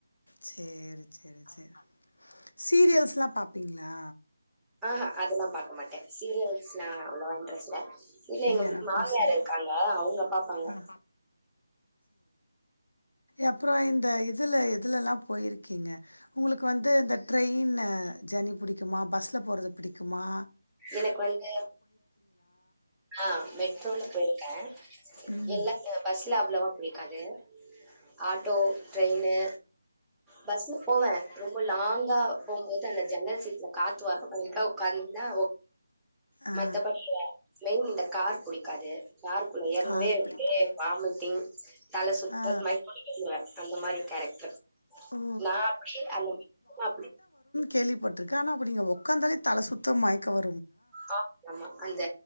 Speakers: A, on the left; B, in the centre.
A: செரி செரி செரி சீரியல்ஸ் லாம் பாப்பீங்களா
B: ஆஹா அதெல்லா பாக்க மாட்ட சீரியல்ஸ்லாம் அவ்ளவா இன்ட்ரெஸ்ட் இல்ல எங்க
A: எனக்கு
B: மாமியார்
A: சேரி
B: இருக்காங்க அவங்க பாப்பாங்க
A: ஆ அப்பறம் இந்த இதில் எதுலலாம் போயிருக்கீங்க உங்களுக்கு வந்து இந்த ட்ரெயின் ஜர்னி பிடிக்குமா பஸ்ஸில போறது புடிக்குமா கும்மா
B: எனக்கு வந்து ஆ மெட்ரோல போயிருக்க
A: ம்
B: எல்லா பஸ்ல அவ்வளவா புடிக்காது ஆட்டோ ட்ரெயினு பஸ் போவ ரொம்ப லாங்கா போம்போது அந்த ஜன்னல் சீட்ல காத்து வரும் அதுக்காக உகார்ந்திருந்தா
A: ஆ
B: மத்தபடி <inaudible> கார் புடிக்காது காருக்குள்ள ஏறுனாவே
A: கார்
B: அப்டியே
A: பிடிக்கு
B: வாமிட்டிங் தலை சுத்தல்
A: ஆ
B: மைக்க போட்டு விழுந்துருவேன் அந்த மாதிரி கேரக்டர்
A: ஓ
B: நான் அப்படி அந்த அப்ப
A: கேள்விப்பட்ரு கன் அப்ப நீங்க உக்காந்தாலே தல சுத் து மயக்க வ
B: ஆ ஆமா அந்த